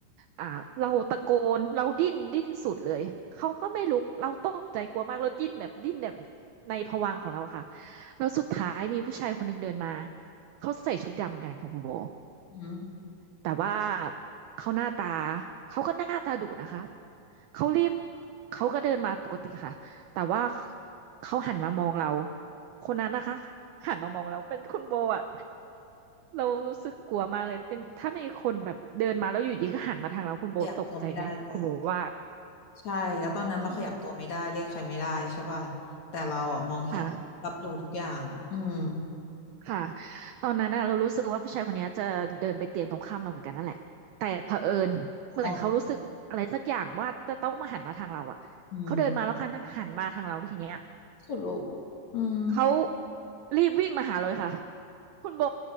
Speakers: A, on the right (about 80°); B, on the left (about 50°).
A: อ่าเราตะโกนเราดิ้นดิ้นสุดเลยเขาก็ไม่ลุกเราตกใจกลัวมากเราดิ้นแบบดิ้นแบบในภวังค์ของเราอะค่ะแล้วสุดท้ายมีผู้ชายคนหนึ่งเดินมาเขาใส่ชุดดำเหมือนกันของคุณโบ
B: อืม
A: แต่ว่าเขาหน้าตาเขาก็หน้าตาดุนะคะเขารีบเขาก็เดินมาปกติค่ะแต่ว่าเขาหันมามองเราคนนั้นนะคะหันมามองเราเป็นคุณโบอะเรารู้สึกกลัวมากเลยเป็นถ้ามีคนแบบเดินมาแล้วอยู่ดีก็หันมาทางเราคุณโบตกใจไหมคุณโบว่า
B: ขยับตัวไม่ได้ด้วยอ่ะใช่แล้วตอนนั้นเราขยับตัวไม่ได้เรียกใครไม่ได้ใช่ป่ะแต่เราอ่ะมองเห็นรับรู้ทุกอย่างอืม
A: อืมค่ะ ค่ะตอนนั้นน่ะเรารู้สึกว่าผู้ชายคนเนี้ยจะเดินไปเตียงตรงข้ามเราเหมือนกันนั่นแหละแต่เผอิญเหมือนเขารู้สึกอะไรสักอย่างว่าจะต้องมาหันมาทางเราอ่ะเขาเดินมาแล้วค่ะหันมาทางเราทีเนี้ย
B: มองอืมสุดลูกอืม
A: เขารีบวิ่งมาหาเลยค่ะคุณโบ